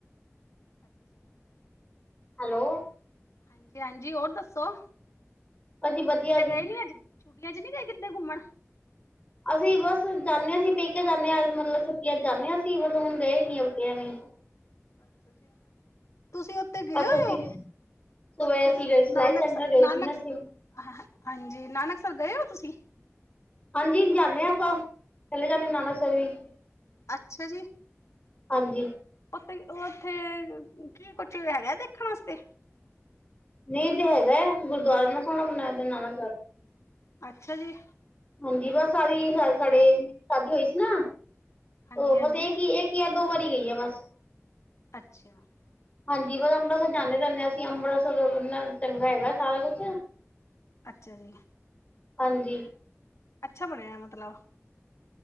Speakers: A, on the left; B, on the left.
A: ਅੱਛਾ ਜੀ।
B: ਹੈਲੋ
A: ਹਾਂਜੀ, ਹਾਂਜੀ ਹੋਰ ਦੱਸੋ,
B: ਅਸੀਂ ਵਧੀਆ
A: ਕਿਤੇੇ
B: ਜੀ
A: ਗਏ ਨੀ ਅੱਜ। ਛੁੱਟੀਆ ਚ ਨੀ ਗਏ ਕਿਦੇ ਘੁੰਮਣ।
B: ਅਸੀ ਬਸ ਜਾਨੇ ਆ ਅਸੀ ਪੇਕੇ ਜਾਨੇ ਆ, ਮਤਲਬ ਛੁੱਟੀਆਂ ਚ ਜਾਨੇ ਆ, ਅਸੀ ਮਤਲਬ ਹੁਣ ਗਏ ਨੀ ਐਵਕੀ ਐਵੇ ਈ।
A: ਅੱਛਾ ਜੀ। ਤੁਸੀਂ ਉੱਥੇ ਗਏ
B: ਬਸ
A: ਹੋਏ
B: ਅਸੀਂ
A: ਔ,
B: ਸੁਬਹ
A: ਉਥੇ
B: ਅਸੀਂ ਗਏ ਸਿਲਾਈ
A: ਨਾਨਕ
B: ਸੈਂਟਰ
A: ਸ
B: ਗਏ
A: ਨਾਨਕ
B: ਸੀ ਨਾ ਅਸੀਂ
A: ਹ ਹਾਂਜੀ, ਨਾਨਕਸਰ ਗਏ ਔ ਤੁਸੀਂ?
B: ਹਾਂਜੀ ਜਾਨੇ ਆ ਆਪਾਂ, ਚੱਲੇ ਜਾਨੇ ਨਾਨਕਸਰ ਵੀ।
A: ਅੱਛਾ ਜੀ।
B: ਹਾਂਜੀ।
A: ਉਥੇ, ਉੱਥੇ ਕੀ ਕੁਛ ਹੈਗਾ ਏ ਦੇਖਣ ਵਾਸਤੇ?
B: ਨਹੀਂ ਤੇ ਹੈਗਾ ਐ, ਗੁਰਦੁਆਰਾ ਏਨਾ ਸੋਹਣਾ ਬਣਾਇਆ ਨਾਨਕਸਰ।
A: ਅੱਛਾ ਜੀ।
B: ਹਾਂਜੀ, ਬਸ ਆਹੀ ਸਾਲ ਸਾਡੇ ਸ਼ਾਦੀ ਹੋਈ ਸੀ ਨਾ
A: ਹਾਂਜੀ-ਹਾਂਜੀ
B: ਉਹ ਬਸ ਏਕੀ ਇਕ ਜਾ ਦੋ ਵਾਰੀ ਗਈ ਆ ਬਸ।
A: ਅੱਛਾ-ਅੱਛਾ
B: ਹਾਂਜੀ, ਬਸ ਅੰਬਰਸਰ ਜਾਨੇ ਰਹਿਨੇ ਆ ਅਸੀ, ਅੰਬਰਸਰ ਐਨਾ ਚੰਗਾ ਹੈਗਾ ਸਾਰਾ ਕੁਛ।
A: ਅੱਛਾ ਜੀ।
B: ਹਾਂਜੀ।
A: ਅੱਛਾ ਬਣਿਐ ਮਤਲਬ।